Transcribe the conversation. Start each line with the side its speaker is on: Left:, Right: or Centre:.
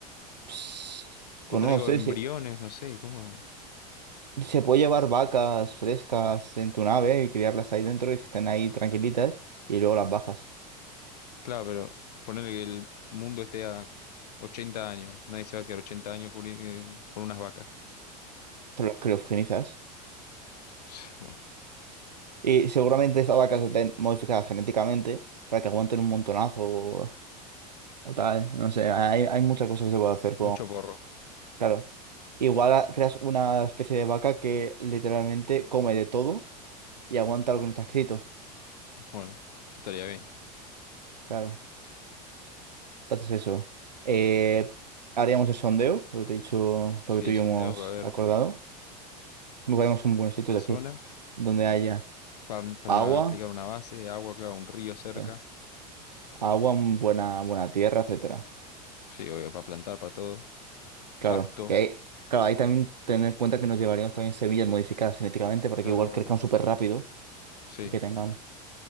Right: Pues, pues
Left: O traigo
Right: no lo sé,
Left: embriones,
Right: si
Left: no sé, ¿cómo?
Right: si se puede llevar vacas frescas en tu nave y criarlas ahí dentro y que estén ahí tranquilitas y luego las bajas.
Left: Claro, pero ponerle que el mundo esté a 80 años. Nadie se va a quedar 80 años cubri- eh, con unas vacas. <laughs>
Right: Pero las criogenizas.
Left: <sighs> Bueno,
Right: Y seguramente esas vacas estén modificadas genéticamente para que aguanten un montonazo o, o tal. No sé, hay, hay muchas cosas que se puede hacer
Left: mucho porro.
Right: Claro. Igual a- creas una especie de vaca que literalmente come de todo y aguanta lo que no está escrito.
Left: Bueno, eso estaría bien.
Right: Claro. Entonces eso. Eh, haríamos el sondeo, lo que te he dicho,
Left: Sí,
Right: lo que tú
Left: el
Right: y
Left: sondeo
Right: yo hemos
Left: para ver
Right: acordado. Buscaríamos un buen sitio,
Left: la
Right: es
Left: zona.
Right: decir, donde haya
Left: pa- para
Right: agua,
Left: aplicar una base, agua, claro, un río cerca.
Right: claro, agua, un buena, buena tierra, etcétera.
Left: Sí, obvio, para plantar, para todo.
Right: Claro.
Left: Pasto,
Right: Y ahí, claro, ahí también tener en cuenta que nos llevaríamos también semillas modificadas genéticamente para
Left: claro,
Right: que igual crezcan
Left: obvio.
Right: súper rápido
Left: Sí,
Right: y que tengamos,